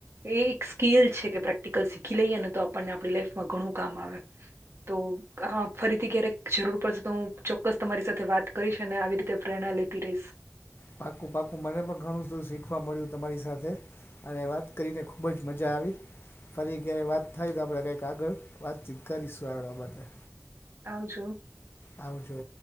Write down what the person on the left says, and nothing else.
પાકું પાકું મને પણ ઘણું બધું શીખવા મળ્યું તમારી સાથે અને વાત કરીને ખૂબ જ મજા આવી. ફરી ક્યારેય વાત થાય તો આપણે કંઈક આગળ વાતચીત કરીશું આ બાબતે
આવજો.